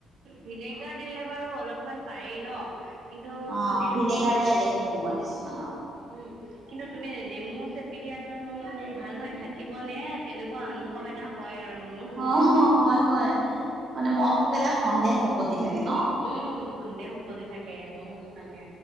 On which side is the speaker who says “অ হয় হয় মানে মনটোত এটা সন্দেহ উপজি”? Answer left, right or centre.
Right